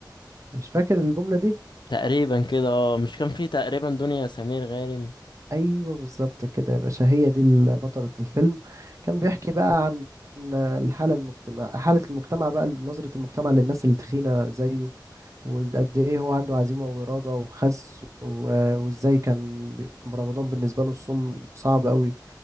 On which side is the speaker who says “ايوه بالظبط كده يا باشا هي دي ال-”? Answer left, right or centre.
Right